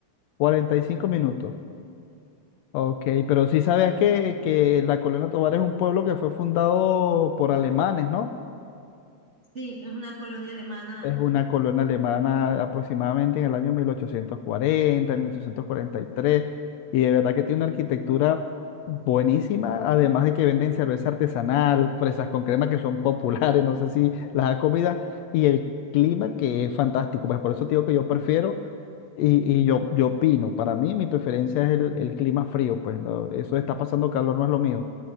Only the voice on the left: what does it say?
cuarenta y cinco minutos. Ok, pero sí sabías que, que la Colonia Tovar es un pueblo que fue fundado por alemanes, ¿no?
Es una colonia alemana aproximadamente en el año 1840, 1843, y tres, y de verdad que tiene una arquitectura buenísima, además de que venden cerveza artesanal, fresas con crema que son <laughs> populares, no sé si las ha comido, y el clima que es fantástico, pues por eso te digo que yo prefiero y, y yo, yo opino, para mí mi preferencia es el, el clima frío, pues no, eso de está pasando calor no es lo mío.